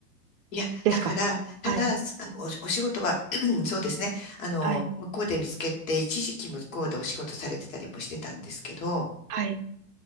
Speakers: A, on the left; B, on the right.
A: いや、
B: ですかはい、
A: だから、ただ、すあの、お、お仕事は、<clears throat> そうですね、あの、
B: はい、
A: 向こうで見つけて、一時期向こうでお仕事されてたりもしてたんですけど、
B: はい。